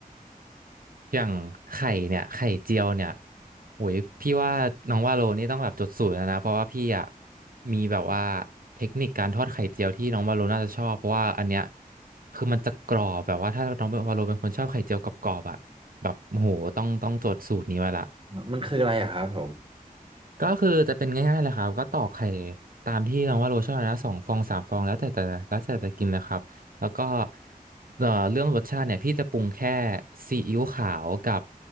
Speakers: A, on the right (about 70°); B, on the right (about 35°).
A: อย่างไข่เนี่ยไข่เจียวเนี่ยโอ้ยพี่ว่าน้องว่าโลนี่ต้องแบบจดสูตรแล้วนะเพราะว่าพี่อ่ะมีแบบว่าเทคนิคการทอดไข่เจียวที่น้องวาโลน่าจะชอบเพราะว่าอันเนี้ยคือมันจะกรอบแบบว่าถ้าน้องวาโลเป็นคนชอบไข่เจียวกรอบๆอ่ะแบบโอ้โหต้องต้องจดสูตรนี้ไว้ละ
B: รับมันคืออะไรอะครับผม
A: ก็คือจะเป็นง่ายๆเลยครับก็ตอกไข่ตามที่น้องว่าโรชอบนะสองฟองสามฟองแล้วแต่แต่แล้วแต่จะกินนะครับแล้วก็เอ่อเรื่องรสชาติเนี่ยพี่จะปรุงแค่ซีอิ๊วขาวกับ